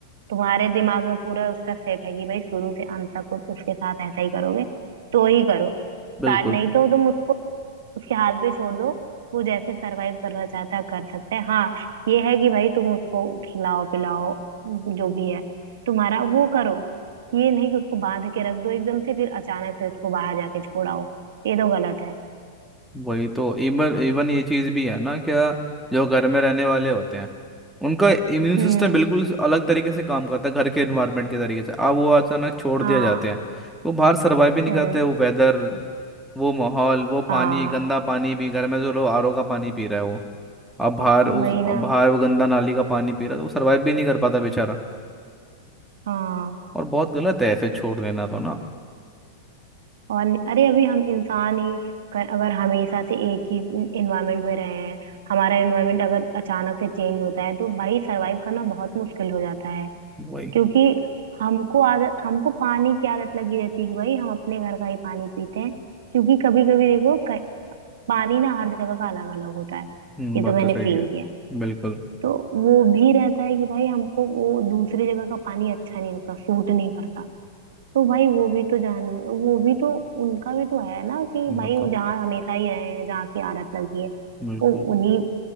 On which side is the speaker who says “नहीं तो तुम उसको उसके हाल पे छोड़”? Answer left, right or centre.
Right